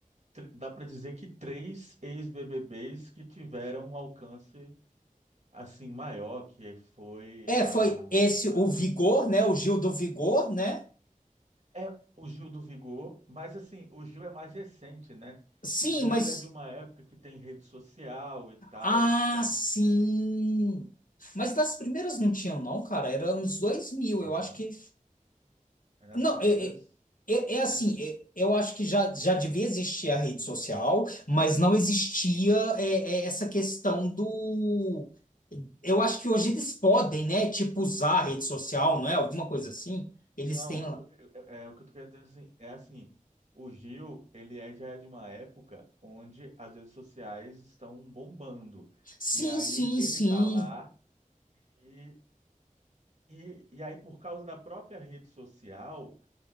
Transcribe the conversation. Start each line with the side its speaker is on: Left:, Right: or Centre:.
Right: tr- dá pra dizer que três ex-BBBs que tiveram alcance assim, maior, que foi
Left: É,
Right: a...
Left: foi esse o Vigor, né? O Gil do Vigor, né?
Right: É o Gil do Vigor, mas assim, o Gil é mais recente, né?
Left: Sim,
Right: Então
Left: mas
Right: ele é de uma época que tem rede social e tal,
Left: ah,
Right: então...
Left: sim. Mas das primeiras não tinham, não, cara. Era anos dois mil
Right: Não,
Left: Eu acho que
Right: é nas
Left: Não,
Right: primeiras...
Left: é, é, é- é assim,
Right: Nem... se-
Left: é- eu acho que já, já devia existir a rede social, mas não existia é, é, essa questão do. Eu acho que hoje eles podem, né? Tipo, usar a rede social, não é? Alguma coisa assim. Eles
Right: Não,
Left: têm
Right: o
Left: lá.
Right: que eu tô, que- é, é o que eu tô querendo dizer assim, é assim, o Gil, ele é, já é de uma época onde as redes sociais estão bombando.
Left: Sim,
Right: E aí
Left: sim,
Right: ele
Left: sim.
Right: tá lá e, e, e aí por causa da própria rede social,